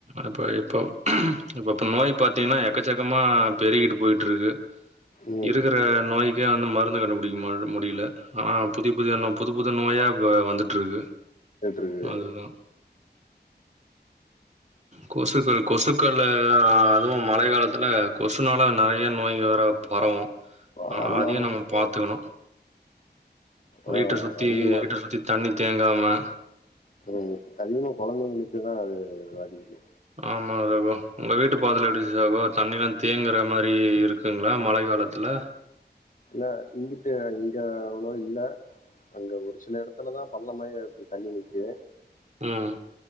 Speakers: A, on the right; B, on the left.
A: அப்ப இப்போ இப்பப்ப நோய் பாத்தீங்கனா எக்கச்சக்கமா பெருகிட்டு போயிட்ருக்கு
B: ம்.
A: இருக்கிற நோய்க்கே வந்து மருந்து கண்டுபிடிக்க முட்ல்ல முடியில ஆனா புதிய புதிதான புது புது நோயாக இப்ப வந்துட்ருக்கு
B: கேட்டுருக்கு.
A: அதுதா கொசுக்கள் கொசுக்களயா அதுவு மழை காலத்துல கொசுனால நெறைய நோய்ங்க வேற பரவு
B: அ
A: ஆ
B: அதனால
A: அதையு நம்ம
B: தான்
A: பாத்துக்கணு ப்ப
B: ஆ
A: வீட்ட சுத்தி
B: அதிகமா
A: எ வீட்ட சுத்தி தண்ணி தேங்காம
B: ம் அதிகமா கொழந்தைங்களுக்கு தா அது பாதிப்பு
A: ஆமாங்க ப்ரோ உங்கள் வீட்டு பாதைல எப்டி சகோ தண்ணிலா தேங்குற மாரி இருக்குங்களா மழை காலத்தில
B: இல்ல இங்கிட்டு இங்க அவ்ளோ இல்ல அங்க ஒரு சில எடத்துலதா பள்ளமாயி அப்டி தண்ணி நிக்கு
A: ம்